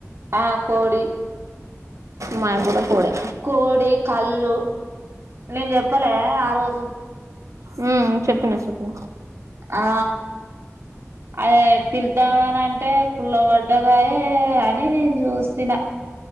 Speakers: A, on the right (about 55°); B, on the right (about 80°).
A: అ కోడి
B: మాకు కూడా కోడే
A: కోడి కళ్ళు నేను చెప్పలే ఆ రోజు
B: మ్మ్ చెప్పినవ్ చెప్పినవ్
A: ఆ అదే పిల్దామని అంటే పుల్ల పడ్డదాయె అని నేను చూసిన